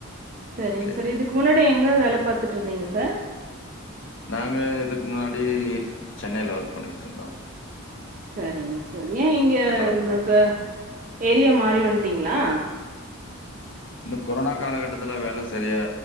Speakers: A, on the right; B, on the left.
A: சரிங்‌
B: ஓகே.
A: சார் இதுக்கு முன்னாடி எங்க வேல பாத் துட்டு இருந்தீங்க சார்
B: நாங்க இதுக்கு முன்னாடி சென்னைல ஒர்க் பண்ணிட்டு இருந்தோ
A: செரிங்க சரி ஏ இங்க
B: ஒர்க்
A: ம்
B: பண்ணிட்டுருந்தேன்.
A: இப்ப ஏரிய மாறி வன்டீங்ளா
B: இந்த கொரோனா காலகட்டத்துல வேல சரியா